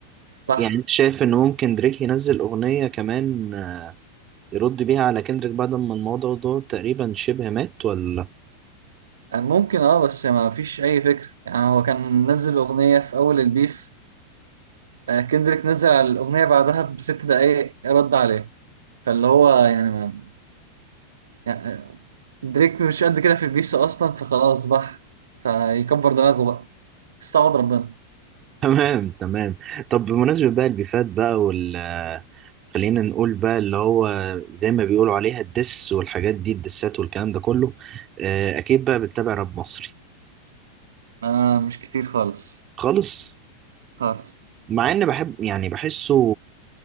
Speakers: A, on the right (about 65°); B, on the right (about 30°).
A: صح
B: يعني انت شايف ان ممكن دريك ينزل اغنية كمان يرد بيها على كندريك بعد ما الموضوع ده تقريبا شبه مات ولا
A: ممكن اه بس ما فيش اي فكره يعني هو كان نزل اغنيه في اول البيف آه، كندريك نزل على الاغنيه بعدها بست دقايق رد عليه فاللي هو يعني, ما يعني آه، دريك مش قد كده في البيف اصلا فخلاص بح فيكبر دماغه بقى استعوض ربنا
B: <laughs> تمام تمام طب بمناسبة بقى البيفات بقى وال خلينا نقول بقى اللي هو زي ما بيقولوا عليها الدس والحاجات دي الدسات والكلام ده كله آه، اكيد بقى بتتابع راب مصري
A: انا مش كتير خالص
B: خالص
A: خالص
B: مع ان بحب يعني بحسه